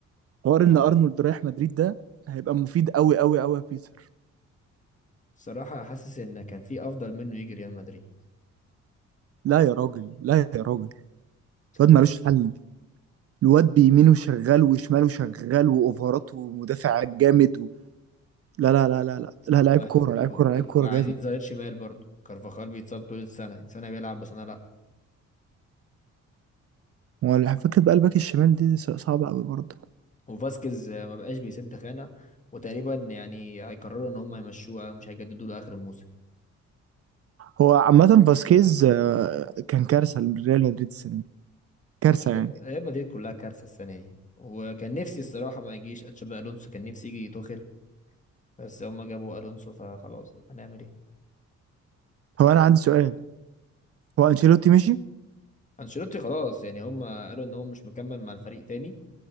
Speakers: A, on the right (about 50°); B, on the left (about 25°).
A: حوار ان
B: اه
A: ارنولد رايح مدريد ده هيبقى مفيد قوي قوي قوي يا بيتر
B: بصراحة حاسس ان كان في افضل منه يجي ريال مدريد
A: لا يا راجل لا يا راجل
B: تصدق
A: الواد ملوش حل الواد بيمينه شغال وشماله شغال واوفرات ومدافع جامد و... لا لا لا لا لا لا
B: انت
A: لعيب
B: محتاج
A: كوره
B: و-
A: لعيب كوره
B: طب
A: لعيب كوره
B: عايزين
A: جامد
B: ظهير شمال برضه كارفاخال بيتصاب طول السنة سنة بيلعب وسنة لا
A: هو الع- فكره بقى الباك الشمال دي ص- صعبه قوي برضه
B: وفاسكيز آه، ما بقاش بيسد خانة وتقريبا يعني هيقرروا ان هم يمشوه مش هيجددوا له اخر الموسم
A: هو عامه فاسكيز آه، كان كارثه لريال مدريد السنه دي كارثه
B: يعني
A: يعني
B: ريال مدريد كلها كارثة السنة دي وكان نفسي الصراحة ما يجيش اتشابي الونسو كان نفسي يجي توخيل بس هم جابوا الونسو فخلاص بقى هنعمل ايه
A: هو انا عندي سؤال هو انشيلوتي مشي
B: انشيلوتي خلاص يعني هم قالوا ان هو مش مكمل مع الفريق تاني